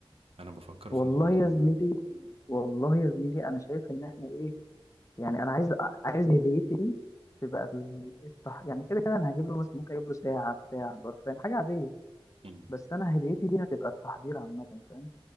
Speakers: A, on the right; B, on the left.
A: انا بفكر
B: والله
A: في الموضوع
B: يا
A: ده
B: زميلي والله يا زميلي انا شايف ان احنا ايه يعني انا عايز عايز هديتي دي تبقى ال- التح... يعني كده كده انا هجيب له مثلا ممكن اجيب له ساعه بتاع برفان حاجه عاديه
A: امم
B: بس انا هديتي دي هتبقى التحضير عامه فاهم